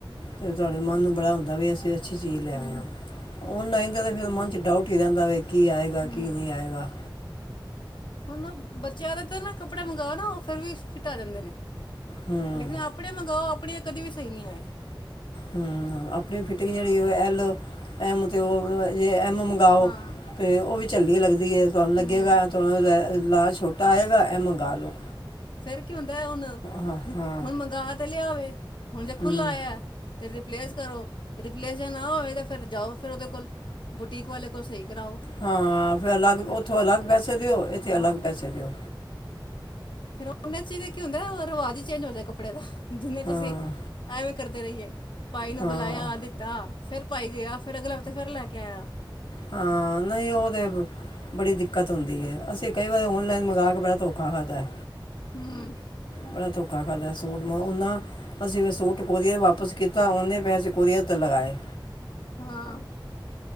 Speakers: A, on the left (about 85°); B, on the left (about 65°).
A: ਤੇ ਤੁਹਾਡੇ ਮਨ ਨੂੰ ਬੜਾ ਹੁੰਦਾ ਵੀ ਅਸੀਂ ਅੱਛੀ ਚੀਜ਼ ਲੈ
B: ਹੂੰ
A: ਆਇਆ ਔਨਲਾਈਨ ਤਾਂ ਫਿਰ ਮਨ 'ਚ ਡਾਊਟ ਹੀ ਰਹਿੰਦਾ ਵ ਕੀ ਆਏਗਾ
B: ਹੂੰ
A: ਕੀ ਨਹੀਂ ਆਏਗਾ
B: ਹੁਣ ਬੱਚਿਆਂ ਦਾ ਤਾਂ ਨਾ ਕੱਪੜਾ ਮੰਗਓ ਨਾ ਉਹ ਫਿਰ ਵੀ ਫਿਟਾ ਆ ਜਾਂਦੇ ਨੇ।
A: ਹੂੰ
B: ਲੇਕਿਨ ਆਪਣੇ ਮੰਗਓ ਆਪਣੇ ਕਦੇ ਵੀ ਸਹੀ ਨਹੀਂ ਆਏ
A: ਹੂ ਆਪਣੀ ਫਿਟਿੰਗ ਜਿਹੜੀ ਐਲ ਐਮ ਤੇ ਉਹ ਐਮ ਗਾਓ
B: ਹਾਂ
A: ਤੇ ਉਹ ਵੀ ਝੱਲੀ ਲੱਗਦੀ ਤੁਹਾਨੂੰ ਲੱਗੇਗਾ
B: ਹੂੰ
A: ਤੁਹੂੰ ਲਾਹ ਛੋਟ ਟਾਇਗਾ ਇਹ ਮੰਗਾ ਲਓ
B: ਫਿਰ ਕੀ ਹੁੰਦਾ ਹੁਣ
A: ਹਾਂ ਹਾਂ
B: ਹੁਣ ਮੰਗਵਾ ਤੇ ਲਿਆਵੇ ਹੁਣ ਜੇ
A: ਹਮ,
B: ਖੁੱਲਾ ਆ ਤੇ ਰਿਪਲੇਸ ਕਰੋ ਰਿਪਲੇਸ ਨਾ ਹੋਵੇ ਤੇ ਫਿਰ ਜਾਓ ਫਿਰ ਉਹਦੇ ਕੋਲ ਬੁਟੀਕ ਵਾਲੇ ਕੋਲ ਸਹੀ ਕਰਾਓ
A: ਹਾਂ ਫਿਰ ਅਲੱਗ ਉੱਥੋਂ ਅਲੱਗ ਪੈਸੇ ਦਿਓ ਇੱਥੇ
B: ਹਾਂ
A: ਅਲੱਗ ਪੈਸੇ ਦੇਓ
B: ਫਿਰ ਉਹਨਾਂ ਚ ਕੀ ਹੁੰਦਾ ਰਿਵਾਜ਼ ਹੀ ਚੇਂਜ ਹੋਦਾ ਕੱਪੜੇ ਦਾ ਜਿੰਨਾਂ ਚ
A: ਹਾਂ
B: ਅਸੀਂ ਐਵੇਂ ਕਰਦੇ ਰਹੀਏ ਪਾਈ ਨੂੰ
A: ਹਾਂ
B: ਬੁਲਾਇਆ ਦਿੱਤਾ ਫਿਰ ਪਾਈ ਗਿਆ ਫਿਰ ਅਗਲੇ ਹਫ਼ਤੇ ਫਿਰ ਲੈ ਕੇ ਆਇਆ
A: ਹਾਂ ਨਹੀਂ ਉਹ ਤਾਂ ਬੜੀ ਦਿੱਕਤ ਹੁੰਦੀ ਹੈ ਅਸੀਂ ਕਈ ਵਾਰੀ ਔਨਲਾਈਨ ਮੰਗਵਾ ਕੇ ਧੋ ਕਾਰਾ ਜਾਏ
B: ਹੂੰ,,,
A: ਬੜਾ ਧੋਖਾ ਕਰਦਾ ਸੂਟ ਮੈਂ ਓਨਾ ਅਸੀਂ ਸੂਟ ਕੋਰੀਅਰ ਵਾਪਿਸ ਕੀਤਾ ਉਹਨੇ ਪੈਸੇ ਕੋਰੀਅਰ ਤੇ ਲਗਾਏ
B: ਹਾਂ